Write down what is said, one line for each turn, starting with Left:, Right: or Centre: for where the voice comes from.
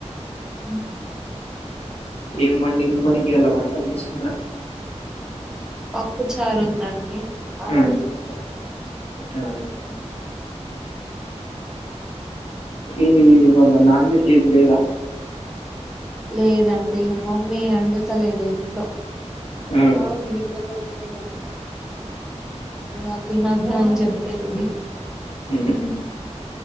Centre: అ
Left: ఏం వండింది మరి ఇయాళ వంట చేసిందా
Centre: పప్పు చారు ఉందండి. నేన్ ఆరోజు
Left: ఆ
Centre: నుంచి అడుగుతున్న
Left: ఆ ఏం ఇవాళ నాన్ వెజ్ ఏమి లేదా
Centre: లేదండి మమ్మీ అండుతలేదండి. స్లో
Left: ఆ
Centre: అవును నిజంగా అ తినద్దు అని చెప్పింది.
Left: ఉమ్మ్